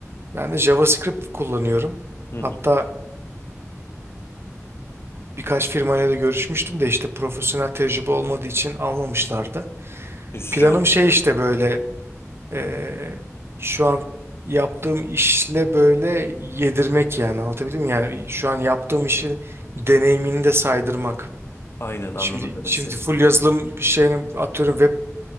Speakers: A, on the right; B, on the left.
A: Ben de JavaScript kullanıyorum.
B: Hı
A: Hatta
B: hı.
A: Birkaç firmayla da görüşmüştüm de işte profesyonel tecrübe olmadığı için almamışlardı.
B: Üzücü
A: Planım
B: olmuş
A: şey
B: ya.
A: işte böyle eee, şu an yaptığım işle böyle yedirmek yani anlatabildim mi? Yani şu an yaptığım işi deneyimini de saydırmak.
B: Aynen anladım
A: Şimdi
B: demek
A: şimdi
B: istediğimi.
A: full yazılım şeyine atıyorum web